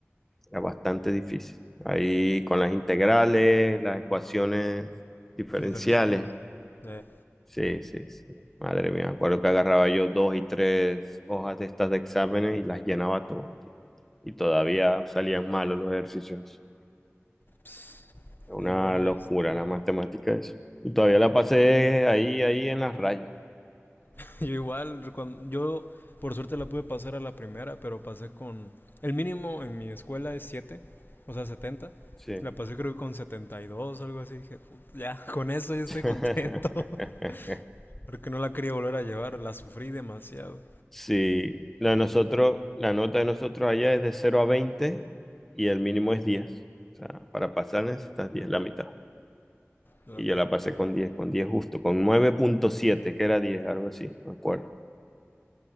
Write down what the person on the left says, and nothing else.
Diferenciales. Eh,
pss,
igual,
este...
<laughs> Yo igual, cuando, yo por suerte la pude pasar a la primera, pero pasé con... El mínimo en mi escuela es siete o sea, setenta
La pasé creo que con setenta y dos algo así. Dije, "Put- ya, <laughs> con eso ya estoy
contento. <laughs> Porque no la quería volver a llevar, la sufrí demasiado.
Lo